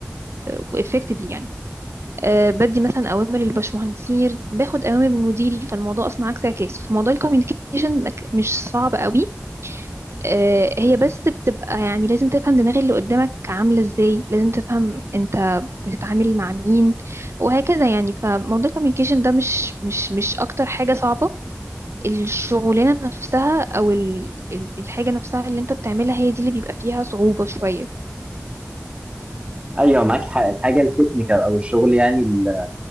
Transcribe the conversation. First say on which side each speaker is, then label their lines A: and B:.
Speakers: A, on the right; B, on the right.
A: وافكتفلي يعني آه، بدي مثلا اوامر للبشمهندسين باخد اوامر من مديري فالموضوع اصلا عكس عكاس فموضوع الكوميونيكيشن مك- مش صعب قوي آه، هي بس بتبقى يعني لازم تفهم دماغ اللي قدامك عامله ازاي لازم تفهم انت بتتعامل مع مين وهكذا يعني فموضوع الكوميونيكيشن ده مش مش مش اكتر حاجه صعبه الشغلانه نفسها او ال- ال- الحاجه نفسها اللي انت بتعملها هي دي اللي بيبقى فيها صعوبه شويه
B: ايوه معاكي حق الحاجه التكنيكال او الشغل يعني ال-